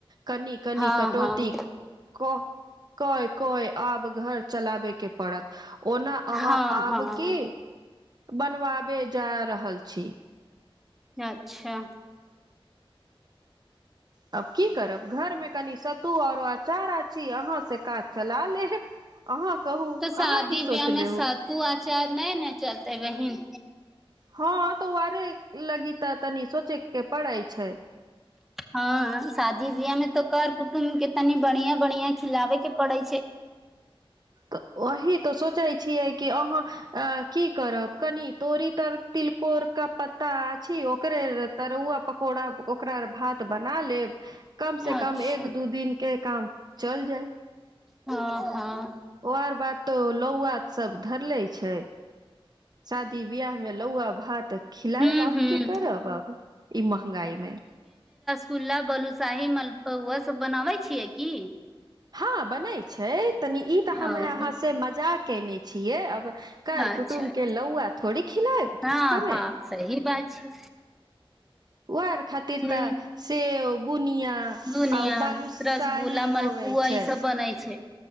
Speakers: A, on the right; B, in the centre.
A: कनी कनी
B: हँ
A: कटौती
B: हँ
A: को कोय कोय आब घर चलाबे के पड़त ओना
B: हँ
A: अहाँ आबके
B: हँ
A: बनवाबे जा रहल छी
B: अच्छा
A: आब की करब घरमे कनि सतु आरो अंचार आछी अहाँ से काज चला लेब अहाँ कहू
B: तऽ शादी
A: अहाँ की सोचले
B: ब्याह में
A: हु
B: सत्तु अचार नई ने चलतै बहिन
A: हँअ् तऽ आरे लगी तऽ तनी सोचे के पड़ैइ छैइ
B: हँअ् शादी बियाह में तऽ कर कुटुम्ब के तनी बन्हिया बन्हिया खिलाबे
A: हँ
B: के पड़ै छैइ
A: तऽ ओही तऽ सोचैत छियै कि अहाँ अ की करब कनि तोरी तर तिलकोर क पत्ता अछि ओकरे तरुआ प कोड़ा ओकरा भात बना लेब कम से
B: अच्छा
A: कम एक दू दिन के काम चल जाइ
B: हंअ् हंअ्
A: ओ आर बात तो लौआ सब धरले छैइ शादी बियाह में लौआ भात खिलायब
B: हूँ
A: आब
B: हूँ
A: की करब अब ई महंगाई में
B: कुल्ला बलुसाही मलपौआ उहे सब बनाबै छियै की
A: हँअ् बनैइ छैइ तनी ई तऽ हम
B: ओ
A: अहाँसँ मजाक कयने छियै अब कर
B: अच्छा
A: कुटुम के लहुआ थोड़ी खिलायब
B: हँ
A: हमे
B: हँ सही बात छै
A: ओआर खातिर
B: हूँ
A: तऽ सेव बुनिया
B: बुनिया
A: आ बालुसाही
B: रसगुल्ला मलपुआ
A: होबै छै
B: ई सब बनै छै